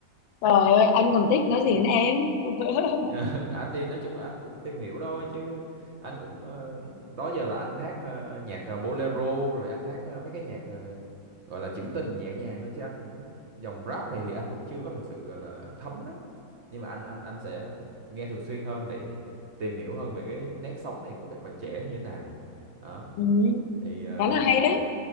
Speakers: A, on the left; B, on the right.
A: Trời ơi, anh còn thích nói gì nữa em. <laughs>
B: Ờ, <laughs> anh thì nói chung là anh cũng tìm hiểu thôi chứ anh cũng ờ, đó giờ là anh hát ờ, nhạc ờ, bolero rồi anh hát ờ, mấy cái nhạc ờ, gọi là trữ tình nhẹ nhàng thôi chứ anh cũng dòng rap này thì anh cũng chưa có thực sự gọi là thấm lắm nhưng mà anh anh anh sẽ nghe thường xuyên hơn để tìm hiểu hơn về cái nét sống này của các bạn trẻ như thế nào đó
A: Ừ,
B: thì ờ,
A: khá là hay đấy.